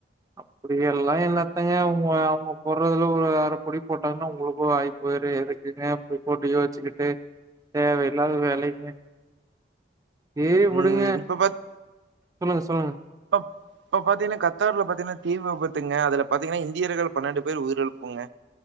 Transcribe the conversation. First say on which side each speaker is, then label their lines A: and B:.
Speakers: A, on the right; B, on the right.
A: அப்டி எல்லா என்னத்தங்க உங்க அவ்ங்க போட்றதுல ஒரு அரப்புடி போட்டாங்னா உங்களுக்கு ஆய்க்கு போய்ரு எதுக்குங்க இப்டி போட்டு யோச்சுக்கிட்டு தேவை இல்லாத வேலைங்க சேரி
B: ம்
A: விடுங்க
B: இப்ப பாத்
A: சொல்லுங்க சொல்லுங்க
B: இப்ப பாத்தீங்னா கத்தார்ல பாத்தீங்னா தீ விபத்துங்க அதுல பாத்தீங்னா இந்தியர்கள் பன்னெண்டு பேர் உயிரிழப்புங்க